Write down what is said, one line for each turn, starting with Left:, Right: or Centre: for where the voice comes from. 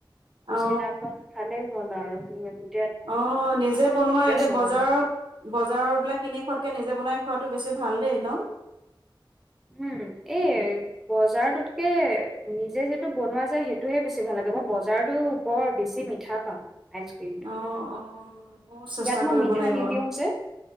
Centre: পিছদিনাখন
Right: অ
Centre: খালেই হ'ল আৰু। ঠিক আছে।
Right: অ নিজে বনোৱা এতিয়া
Centre: ছঘন্টামান
Right: বজাৰৰ বজাৰ বিলাক কিনি খোৱাতকে নিজে বনাই খোৱাতটো বেছি ভাল দেই ন।
Centre: উম এই বজাৰটোতকে নিজে যিটো বনোৱা যায় সেইটোহে বেছি ভাল লাগে মই বজাৰটো বৰ বেছি মিঠা পাওঁ। আইচক্ৰীমটো
Right: অ অ ময়ো চেষ্টা
Centre: ইয়াত মই
Right: কৰিব
Centre: মিঠা
Right: লাগিব
Centre: নিদিওঁ যে